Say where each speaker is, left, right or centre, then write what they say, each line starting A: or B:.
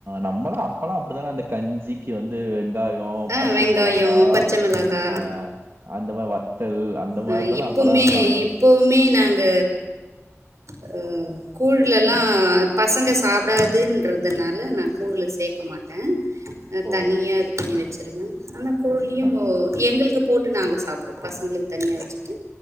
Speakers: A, on the right (about 55°); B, on the right (about 80°).
A: நம்மல்லா அப்பல்லா அப்டித்தான அந்த கஞ்சிக்கு வந்து வெ வெங்காயோ
B: ஆ
A: பச்ச
B: வெங்காயோ,
A: மொளகா
B: பச்ச மிளகா
A: அ அந்த மாரி வத்தல் அந்த
B: அ
A: மாரி தானே
B: இப்போமே
A: அப்பலாம் சாப்பிட
B: இப்பவுமே நாங்க அ கூழ்லல்லா பசங்க சாப்டாதுன்றதுனால நா கூழ்ல சேக்க மாட்ட
A: ஓ!
B: தனியா
A: சரி,
B: இது பண்ணி
A: சரி.
B: வச்சிருவ அந்த கூழ்லியு
A: ஆ.
B: ஓ எங்ளுக்கு போட்டு நாங்க சாப்டுவோ பசங்களுக் தனியா வெச்சுட்டு